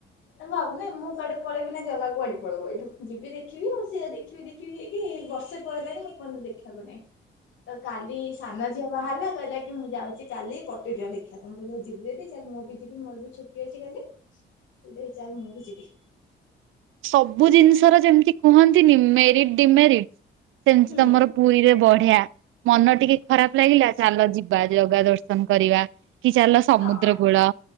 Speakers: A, on the left; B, on the right.
A: ଏ ଭାବୁନି ମୁଁ କାଡେ ପଳେଇବି ନା ଜାଗା କୁଆଡେ ପଳେବ ଏଇଠୁ ଯିବି ଦେଖିବି ଆଉ ସେଆ ଦେଖି ଦେଖିବି ଦେଖିବି ହେଇକି ବର୍ଷେ ପଳେଇଲାଣି ମୁଁ ଏପର୍ଯ୍ଯନ୍ତ ଦେଖିବାକୁ ନାଇଁ। ତ କାଲି ସାନ ଝିଅ ବାହାରିଲା କହିଲା କି ମୁଁ ଯାଉଚି କାଲି ପଟି ଦିଅଁ ଦେଖିବାକୁ ମୁଁ କହିଲି ହଉ ଯିବୁ ଯଦି ଚାଲ୍ ମୁଁ ବି ଯିବି ମୋର ବି ଛୁଟି ଅଛି କାଲି ତୁ ଦେଇ ଚାଲ ମୁଁ ବି ଯିବି।
B: ସବୁ ଜିନିଷର ଯେମିତି କୁହନ୍ତିନି ମେରିଟ୍ ଡିମେରିଟ୍ ସେମିତି
A: ହୁଁ।
B: ତମର ପୁରୀରେ ବଢିଆ ମନ ଟିକେ ଖରାପ ଲାଗିଲା ଚାଲ ଯିବା ଜଗା ଦର୍ଶନ କରିବା। କି ଚାଲ ସମୁଦ୍ର
A: ହଁ
B: କୂଳ।